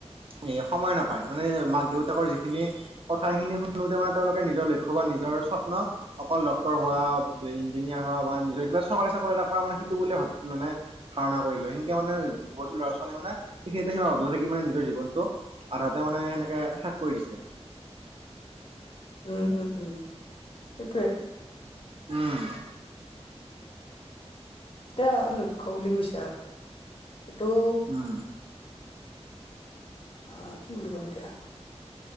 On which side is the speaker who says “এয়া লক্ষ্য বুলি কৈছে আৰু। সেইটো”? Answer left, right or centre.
Left